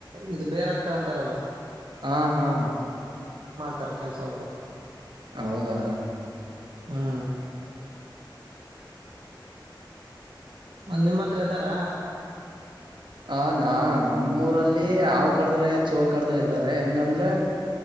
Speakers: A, on the right; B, on the right.
A: ಇದು ಬೇರ್ ಆಗ್ತಾರಂತಾರಲ್ಲ
B: ಹಾ ಹಾ
A: ತರ ಕೆಲಸ ಒಬ್ರು
B: ಹೌದಾ
A: ಹ್ಮ್ ನಿಮ್ಮ ಹತ್ರ ಇದ್ದಾರ
B: ಹ ನಾ ನಮ್ಮೂರಲ್ಲಿ ಹಾವ ಕಡದ್ರೆ ಚೋಳ ಕಡ್ದ್ರೆ ಇದ್ದಾರೆ ಹೆಂಗಂದ್ರೆ